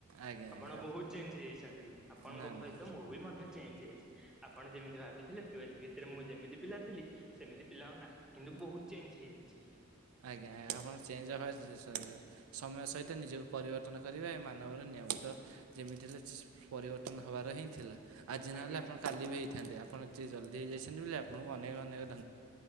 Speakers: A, on the right (about 85°); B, in the centre.
A: ଆଜ୍ଞା ଆଜ୍ଞା
B: ଆପଣ ବହୁତ ଚେଞ୍ଜ ହେଇଯାଇଛନ୍ତି। ଆପଣଙ୍କ
A: ନା
B: ସହିତ
A: ନା
B: ମୁଁ ବି ମଧ୍ୟ ଚେଞ୍ଜ ହେଇଛି। ଆପଣ ଯେମିତି ଭାବିଥିଲେ ଟୁଲ ଭିତ ସେଥିରେ ମୁଁ ଯେମିତି ପିଲାଥିଲି ସେମିତି ପିଲା ହେଉ ନାହିଁ କିନ୍ତୁ ବହୁତ ଚେଞ୍ଜ ହେଇଯାଇଛି।
A: ଆଜ୍ଞା ଆ-ଆପଣ ଚେଞ୍ଜ ହବା ସମୟ ସହିତ ନିଜକୁ ପରିବର୍ତ୍ତନ କରିବା ଏ ମାନବର ନିୟମ ତ ଯେମିତି ଥିଲା ପରିବର୍ତ୍ତନ ହେବାର ହିଁ ଥିଲା। ଆଜି ନହେଲେ
B: ଆଜ୍ଞା
A: ଆପଣ କାଲି ବି ହେଇଥାନ୍ତେ ଆପଣ ଯିଏ ଜଲ୍ଦି
B: ଆଜ୍ଞା
A: ହେଇଯାଇଛନ୍ତି ବୋଲି ଆପଣଙ୍କୁ ଅନେକ-ଅନେକ